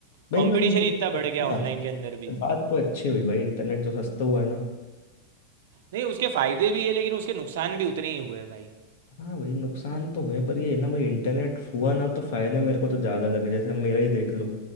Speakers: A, on the left; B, on the right.
A: भाई
B: कंपटीशन
A: पर ये सबकी
B: इतना बढ़ गया
A: बात
B: ऑनलाइन के अंदर भी
A: बात तो अच्छी हुई भाई इंटरनेट जो सस्ता हुआ है ना
B: नहीं उसके फायदे भी है लेकिन उसके नुकसान भी उतने ही हुए हैं भाई
A: हाँ भाई नुकसान तो हुए पर ये है ना भाई इंटरनेट हुआ ना तो फायदे मेरे को तो ज़्यादा लगे जैसे अब मेरा ही देख लो